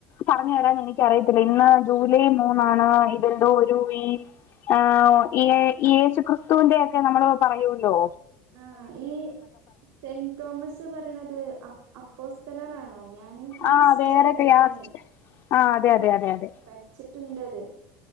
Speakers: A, on the left; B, on the right.
A: പറഞ്ഞ് തരാൻ എനിക്ക് അറിയത്തില്ല ഇന്ന് ജൂലൈ മൂന്നാണ് ഇതെന്തോ ഒരു ഈ ആഹ് ഈ യേശുക്രിസ്തുവിന്റെ ഒക്കെ നമ്മൾ പറയോല്ലോ
B: ആഹ് ഈ സെന്റ് തോമസ് പറയണത് അ അപ്പോസ്തലറാണോ ഞാന് ഞാൻ
A: ആഹ്
B: ഹിസ്റ്ററിയ
A: വേറെ
B: പഠിക്കണെ
A: ക്യാസ്റ്റ് ആഹ് അതെ
B: ഞാൻ
A: അതെ അതെ അതെ
B: പഠിച്ചിട്ടുണ്ട് അത്